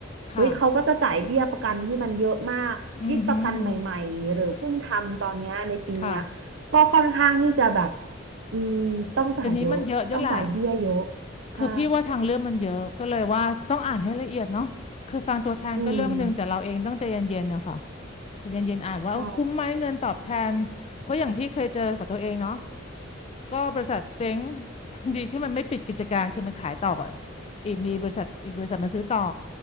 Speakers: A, on the left; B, on the right.
A: ค่ะ
B: เฮ้ยเขาก็จะจ่ายเบี้ยประกันที่มันเยอะมาก
A: อือหือหือ
B: ยิ่งประกันใหม่ๆหรือเพิ่งทำตอนเนี้ยในปีเนี้ย
A: ค่ะ
B: ก็ค่อนข้างที่จะแบบอืมต้องจ่ายเยอะต้องจ่ายเบี้ยเยอะ
A: เดี๋ยวนี้มันเยอะด้วยแหละคือพี่ว่าทางเรื่องมันเยอะก็เลยว่าต้องอ่านให้ละเอียดเนาะคือฟังตัวแทนก็เรื่องหนึ่งแต่เราเองต้องใจเย็นๆอะค่ะ
B: ใช่อืม
A: ขอเย็นๆอ่านว่าคุ้มไหมเงินตอบแทน
B: ใช่
A: เพราะอย่างพี่เคยเจอของตัวเองเนาะก็บริษัทเจ๊ง <laughs> ดีที่มันไม่ปิดกิจการคือมันขายต่ออะอีกมีบริษัทอีกบริษัทมาซื้อต่อ